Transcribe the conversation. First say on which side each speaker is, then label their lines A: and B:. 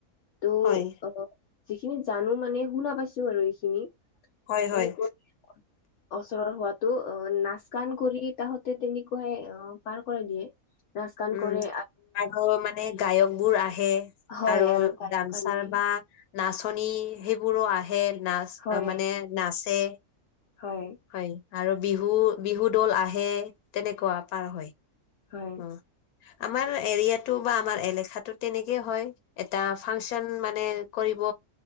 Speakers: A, on the left (about 65°); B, on the left (about 85°).
A: ত'
B: হয়,
A: অ যিখিনি জানো মানে শুনা পাইছো আৰু এইখিনি। <unintelligible>
B: হয়, হয়,
A: ওচৰৰ হোৱাতো অ নাচ-গান কৰি তাহতে তেনেকুৱাই অ পাৰ কৰে দিয়ে। নাচ গান
B: উম
A: কৰে
B: আৰু মানে গায়কবোৰ আহে।
A: হয়
B: আৰু
A: গায়ক
B: ডাঞ্চাৰ
A: আনে
B: বা নাচনী সেইবোৰো আহে নাচ
A: হয়
B: অ'মানে নাচে।
A: হয়।
B: হয়, আৰু বিহু, বিহু দ'ল আহে তেনেকুৱা পাৰ হয়।
A: হয়
B: অ' আমাৰ এৰিয়াটো বা আমাৰ এলেখাটো তেনেকেই হয়। এটা ফাংচন মানে কৰিব